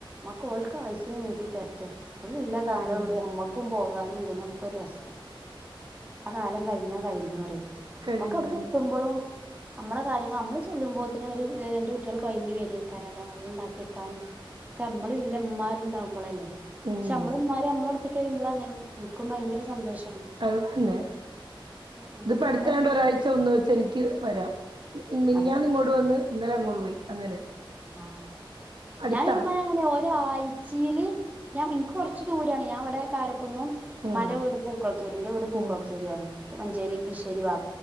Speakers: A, on the right; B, on the right.
A: കോൽക്ക് ആയിസിന് നീട്ടി തെരറ്റേ ഓല് ള്ള കാലം
B: അത് തന്നെ
A: ഉള്ളൂ അമ്മക്കും പോ... പോകാനും ഇതിനൊക്കെ ഒരു രസം ആ കാലം കഴിഞ്ഞാ കഴിഞ്ഞ പറിം
B: കഴിഞ്ഞത്
A: മക്ക അടക്ക തുമ്പളും നമ്മളെ കാര്യങ് ള് നമ്മള് ചെല്ലുമ്പോ ത്തിന് ഒരു ലെ ഇന്റെ കുട്ടിൾ കൊ ഴങ്ങി വരും.. റ്റി കരല്ല വെള്ളം ഉണ്ടാക്കി ക്കാനും ക്ക നമ്മള ഇല്ലമാരുണ്ടാവുമ്പോള അല്ലേ
B: ഉം
A: പക്ഷെ നമ്മള നമ്മാർ നമ്മള എടുത്തക് മ്പോളാന്ന് എനിക്കും ഭയങ്കര സന്തോഷം
B: അഴ തന്നെ
A: നമ്മക്ക്
B: ഇത് അടുത്തയൊണ്ട്
A: നമ്മളെ
B: ഒരാഴ്ച ഒന്ന് വെച്ച എനിക്ക് വരാം മിനിഞ്ഞാന്ന്
A: അതാണ്
B: നിങ്ങോട്ട് വന്ന് ഇന്നലെ അങ്ങോട്ട് പോയി അങ്ങനെ
A: ആ
B: അടുത്താ
A: ഞാനെന്റെ ഉമ്മാനെ അങ്ങനെ ഒരാഴ്ചയില് ഞാൻ ഇനിക്ക് കുറച്ച് ദൂരാണ് ഞാൻവിടെ കാര കുന്നും ഉമ്മാന്റെ
B: ഉം
A: വീട് പൂക്കളത്തൂരി ന്റെ വീട് പുകൾത്തൂർ
B: ഉം
A: ആണ് മഞ്ചേരി കിശ്ശേരി ബാ